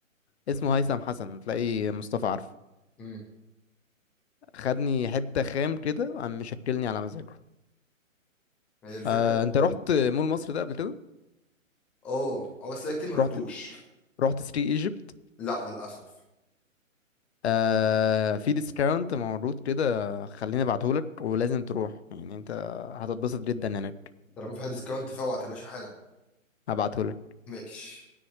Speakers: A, on the left; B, in the centre.
A: اسمه هيثم حسن تلاقي مصطفى عارفه
B: امم
A: خدني حتة خام كده قام مشكلني على مزاجه
B: هي الفكره
A: آه انت رحت
B: لما
A: مول مصر ده قبل كده
B: اه اه بس انا كتير ما رحتوش
A: رحت رحت سري ايجيبت
B: لا للاسف
A: آه في ديسكاونت موجود كده خليني ابعتهولك ولازم تروح يعني انت هتتبسط جدا هناك
B: طالما في حد ديسكاونت فابعت يا باشا حالا
A: هبعتهولك
B: ماشي